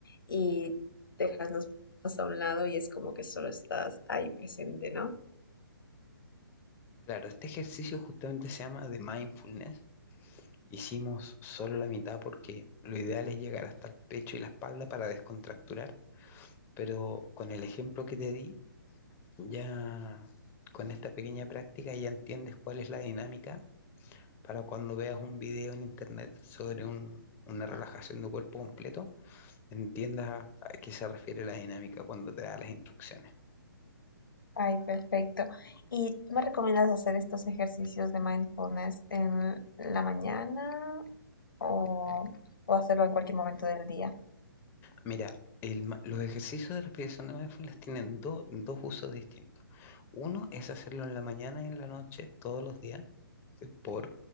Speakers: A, on the left; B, on the left.
A: y dejas los problemas a un lado y es como que solo estás ahí presente, ¿no?
B: Claro, este ejercicio justamente se llama de mindfulness. Hicimos solo la mitad porque lo ideal es llegar hasta el pecho y la espalda para descontracturar, pero con el ejemplo que te di, ya con esta pequeña práctica ya entiendes cuál es la dinámica para cuando veas un video en internet sobre un- una relajación de cuerpo completo, entiendas a, a qué se refiere la dinámica cuando te da las instrucciones.
A: Ay, perfecto. ¿Y tú me recomiendas hacer estos ejercicios de mindfulness en la mañana o o hacerlo en cualquier momento del día?
B: Mira, el ma- los ejercicios de respiración de mindfulness tienen do- dos usos distintos. Uno es hacerlo en la mañana y en la noche todos los días eh, por